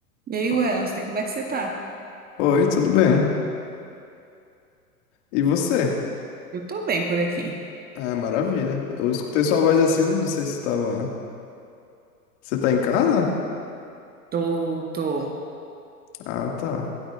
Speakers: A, on the right; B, on the left.
A: E aí,
B: O-
A: Welson, como é que você tá?
B: Oi, tudo bem? E você?
A: Eu tô bem por aqui.
B: Ah, maravilha. Eu escutei sua voz assim, não sei se tava. Você tá em casa?
A: Tô, tô,
B: Ah, tá.